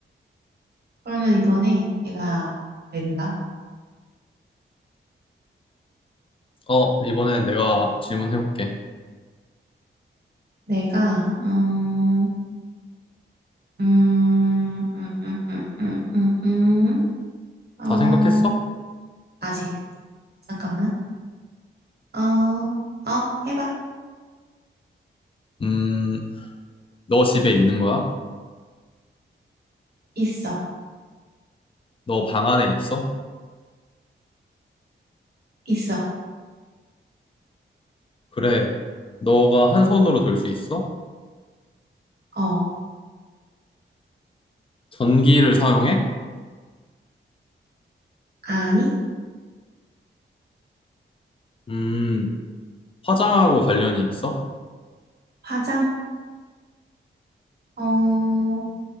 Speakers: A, on the right; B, on the left.
A: 그러면 이번에 내가 낸다.
B: 어, 이번엔 내가 질문해볼게.
A: 내가, 음, 음, 음, 음, 음, 음, 음, 음. 음. 어,
B: 다 생각했어?
A: 아직. 잠깐만. 어, 어, 해봐.
B: 음, 너 집에 있는 거야?
A: 있어.
B: 너 방 안에 있어?
A: 있어.
B: 그래. 너가 한 손으로 들 수 있어?
A: 어,
B: 전기를 사용해?
A: 아니,
B: 음, 화장하고 관련이 있어?
A: 화장. 어,